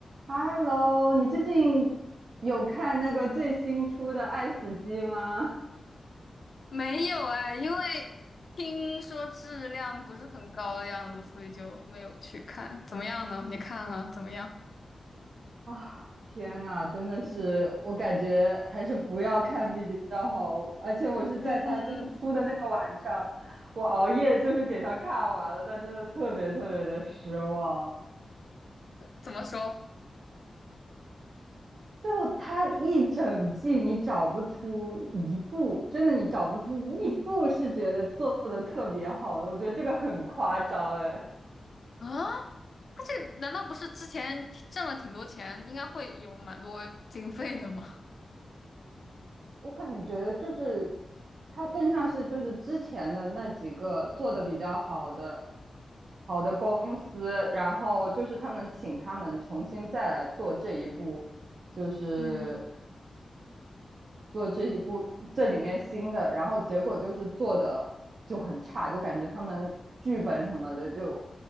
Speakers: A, on the right; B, on the left.
A: Hello，你最近有看那个最新出的《爱死机》吗？
B: 没有哎，因为听说质量不是很高的样子，所以就没有去看。怎么样呢？你看了怎么样？
A: <laughs> 啊，天呐，真的是，我感觉还是不要看比较好。而且我是在他就是出的那个晚上，
B: 嗯嗯嗯，
A: 我熬夜就是给他看完了，但真的特别特别的失望。
B: 怎么说
A: 就他一整季，你找不出一部，真的你找不出一部是觉得做的特别好的，我觉得这个很夸张哎。
B: 啊？他这个难道不是之前挣了挺多钱，应该会有蛮多经费的吗？
A: 我感觉就是它更像是就是之前的那几个做的比较好的好的公司，然后就是他们请他们重新再来做这一步，就是
B: 嗯
A: 做这一部这里面新的，然后结果就是做的就很差，就感觉他们剧本什么的就